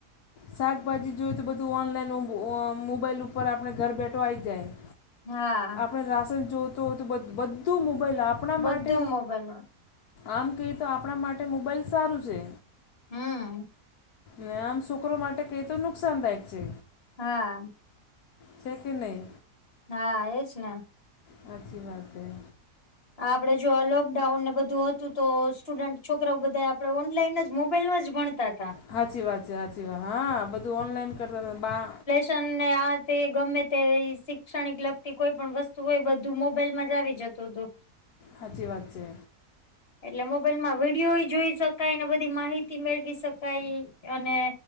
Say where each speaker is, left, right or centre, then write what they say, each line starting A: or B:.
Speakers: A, on the left (about 70°); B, on the left (about 40°).
A: શાકભાજી જોઈએ તો બધું ઓનલાઈન ઓઆમ મોબાઈલ ઉપર આપણે ઘર બેઠો આવી જાય.
B: હા.
A: આપણે રાસન જોતો હોય તો બઘુ બધું મોબાઈલ આપણા
B: બધું
A: માટે.
B: મોબાઈલ
A: આમ કહીએ તો આપણા માટે મોબાઈલ સારું છે.
B: હમ.
A: ને આમ છોકરો માટે કઈ તો નુકસાનદાયક છે.
B: હા.
A: છે કે નહી.
B: હા એજ ને.
A: હાચી વાત હૈ.
B: આપડે જો આ લોકડાઉન ને બધું હતું તો સ્ટુડન્ટ છોકરાઓ બધા આપડે ઓનલાઈનજ. મોબાઈલમાં જ ભણતા હતા.
A: સાાચી વાત છેી સાચી વાત હા બધું ઓનલાઈન કરતા બા.
B: શિક્ષણ ને આ તે ગમે તે શિક્ષણિક લગતી કોઈ પણણ વસ્તુ હોય બધું મોબાઈલમાં જ આવી જતું હતું.
A: હાચી વાત છે.
B: એટલે મોબાઈલ માં વિડીયો એ જોઈ શકાય ને બધી માહિતી મેળવી શકાય. અને